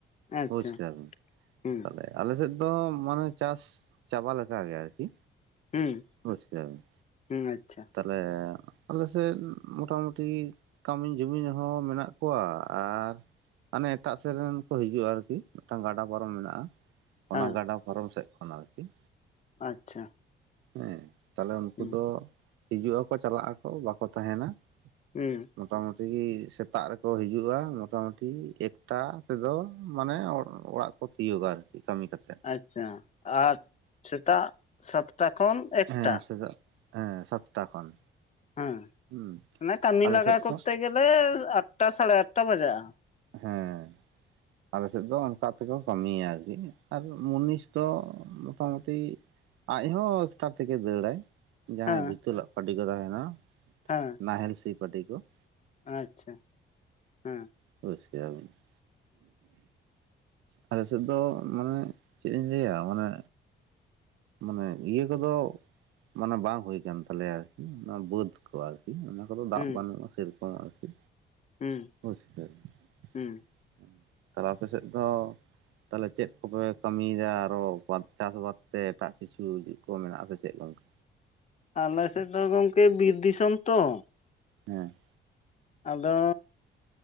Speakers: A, on the left; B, on the right.
A: ᱟᱪᱪᱷᱟ
B: ᱵᱩᱡᱽ ᱠᱮᱟᱵᱤᱱ
A: ᱦᱩᱸ
B: ᱛᱟᱦᱞᱮ ᱟᱞᱮᱥᱮᱫ ᱫᱚ ᱢᱟᱱᱮ ᱪᱟᱥ ᱪᱟᱵᱟ ᱞᱮᱠᱟ ᱜᱮ ᱟᱨᱠᱤ
A: ᱦᱩᱸ,
B: ᱵᱩᱡᱽ ᱠᱮᱟᱵᱤᱱ,
A: ᱦᱩᱸ ᱟᱪᱪᱷᱟ᱾
B: ᱛᱟᱦᱚᱞᱮ ᱟᱞᱮᱥᱮᱫ ᱢᱚᱴᱟᱢᱩᱴᱤ ᱠᱟᱹᱢᱤ ᱡᱩᱢᱤᱱ ᱦᱚᱸ ᱢᱮᱱᱟᱜ ᱠᱚᱣᱟ ᱟᱨ ᱢᱟᱱᱮ ᱮᱴᱟᱜ ᱥᱮᱫ ᱨᱮᱱ ᱠᱚ ᱦᱤᱡᱩᱜᱼᱟ ᱟᱨᱠᱤ ᱢᱤᱫᱴᱟᱝ ᱜᱟᱰᱟ ᱯᱟᱨᱚᱢ ᱢᱮᱱᱟᱜᱼᱟ᱾
A: ᱦᱮᱸ
B: ᱚᱱᱟ ᱜᱟᱰᱟ ᱯᱷᱟᱨᱚᱢ ᱥᱮᱫ ᱠᱷᱚᱱ ᱟᱨᱠᱤ
A: ᱟᱪᱪᱷᱟ᱾
B: ᱦᱮᱸ ᱛᱟᱦᱞᱮ ᱩᱱᱠᱩ
A: ᱦᱩᱸ
B: ᱫᱚ ᱦᱤᱡᱩᱜ ᱟᱠᱚ ᱪᱟᱞᱟᱜ ᱟᱠᱚ ᱵᱟᱠᱚ ᱛᱟᱦᱮᱱᱟ᱾
A: ᱦᱮᱸ᱾
B: ᱢᱚᱴᱟᱢᱩᱴᱤ ᱥᱮᱛᱟᱜ ᱨᱮᱠᱚ ᱦᱤᱡᱩᱜᱼᱟ ᱢᱚᱴᱟᱢᱩᱴᱤ ᱮᱠᱴᱟ ᱛᱮᱫᱚ ᱢᱟᱱᱮ ᱚᱲᱟᱜ ᱛᱤᱭᱩᱜᱟ ᱟᱨᱠᱤ ᱠᱟᱹᱢᱤ ᱠᱟᱛᱮ
A: ᱟᱪᱪᱷᱟ ᱟᱨ ᱥᱮᱛᱟᱜ ᱥᱟᱛᱴᱟ ᱠᱷᱚᱱ ᱮᱠᱴᱟ
B: ᱦᱮᱸ ᱥᱮᱛᱟᱜ ᱦᱮᱸ ᱥᱟᱛᱴᱟ ᱠᱷᱚᱱ
A: ᱦᱮᱸ
B: ᱦᱩᱸ
A: ᱢᱟᱱᱮ ᱠᱟᱹᱢᱤ
B: ᱟᱞᱮ
A: ᱞᱟᱜᱟ
B: ᱥᱮᱫ
A: ᱠᱚᱨᱛᱮ
B: ᱫᱚ
A: ᱜᱮᱞᱮ ᱟᱴᱴᱟ ᱥᱟᱲᱮ ᱟᱴᱴᱟ ᱵᱟᱡᱟᱜᱼᱟ᱾ <unintelligible>
B: ᱦᱮᱸ ᱟᱞᱮ ᱥᱮᱫ ᱫᱚ ᱚᱱᱠᱟ ᱛᱮᱠᱚ ᱠᱟᱹᱢᱤᱭᱟ ᱟᱨᱠᱤ, ᱟᱨ ᱢᱩᱱᱤᱥ ᱫᱚ ᱢᱚᱴᱟᱢᱩᱴᱤ ᱟᱡᱦᱚᱸ ᱮᱥᱠᱟᱨ ᱛᱮᱜᱮ ᱫᱟᱹᱲᱟᱭ ᱡᱟᱦᱟᱸᱭ
A: ᱦᱮᱸ
B: ᱵᱷᱤᱛᱟᱹ ᱞᱟᱜ ᱯᱟᱹᱴᱤ ᱠᱚ ᱛᱟᱦᱮᱱᱟ ᱾
A: ᱦᱮᱸ ᱾
B: ᱱᱟᱦᱮᱞ ᱥᱤ ᱯᱟᱴᱤ ᱠᱚ ᱾
A: ᱟᱪᱪᱷᱟ, ᱦᱮᱸ ᱾
B: ᱵᱩᱡ ᱠᱮᱜ-ᱟ ᱵᱤᱱ <unintelligible> ᱾ ᱟᱞᱮ ᱥᱮᱫ ᱫᱚ ᱢᱟᱱᱮ ᱪᱮᱫ ᱤᱧ ᱞᱟᱹᱭᱟ ᱢᱟᱱᱮ ᱢᱟᱱᱮ ᱤᱭᱟᱹ ᱠᱚᱫᱚ ᱢᱟᱱᱮ ᱵᱟᱝ ᱦᱩᱭ ᱠᱟᱱ ᱛᱟᱞᱮᱭᱟ ᱟᱨᱠᱤ ᱚᱱᱟ ᱵᱟᱹᱫᱽ ᱠᱚ ᱟᱨᱠᱤ ᱾ ᱠᱚᱫᱚ ᱫᱟᱜ
A: ᱦᱩᱸ
B: ᱵᱟᱹᱱᱩᱜᱼᱟ ᱥᱮ ᱨᱚᱠᱚᱢ ᱟᱨᱠᱤ
A: ᱦᱩᱸ
B: ᱵᱩᱡᱽ ᱠᱮᱫᱟ ᱵᱤᱱ
A: ᱦᱩᱸ
B: <unintelligible> ᱾ ᱛᱟᱦᱚᱞᱮ ᱟᱯᱮ ᱥᱮᱫ ᱫᱚ ᱛᱟᱦᱞᱮ ᱪᱮᱫ ᱠᱚᱯᱮ ᱠᱟᱹᱢᱤᱭ ᱮᱫᱟ ᱟᱨᱚ ᱪᱟᱥ ᱵᱟᱫ? ᱛᱮ ᱮᱴᱟᱜ ᱠᱤᱪᱷᱩ ᱪᱮᱫ ᱠᱚ ᱢᱮᱱᱟᱜ-ᱟ ᱥᱮ ᱪᱮᱫ ᱜᱚᱝᱠᱮ?
A: ᱟᱞᱮ ᱥᱮᱫ ᱫᱚ ᱜᱚᱝᱠᱮ ᱵᱤᱨ ᱫᱤᱥᱚᱢ ᱛᱚ ᱾
B: ᱦᱮᱸ ᱾
A: ᱟᱫᱚ